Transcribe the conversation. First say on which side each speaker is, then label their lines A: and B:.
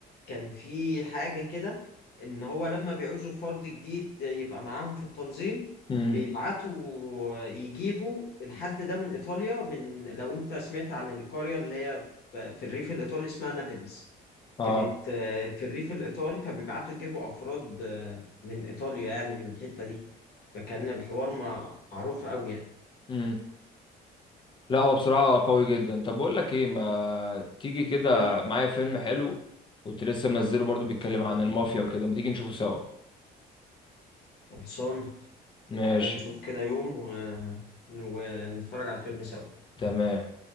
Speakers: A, on the left; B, on the left.
A: كان في حاجه كده ان هو لما بيعوزوا فرد جديد يبقى معاهم في التنظيم
B: امم
A: بيبعتوا يجيبوا الحد ده من ايطاليا من لو انت سمعت عن القريه اللي هي في في الريف الايطالي اسمها نابلز
B: آه
A: كانت آه، في الريف الايطالي فبيبعتوا يجيبوا افراد آه، من ايطاليا يعني من الحته دي فكان الحوار مع- معروف قوي يعني
B: آه لا هو بصراحة قوي جدا طب بقول لك ايه ما تيجي كده
A: امم
B: معايا فيلم حلو كنت لسه منزله برضو بيتكلم
A: حلو
B: عن المافيا وكده ما تيجي نشوفه سوا
A: خلصان
B: ماشي
A: تعال نشوف كده يوم و... ونتفرج على الفيلم سوا
B: تمام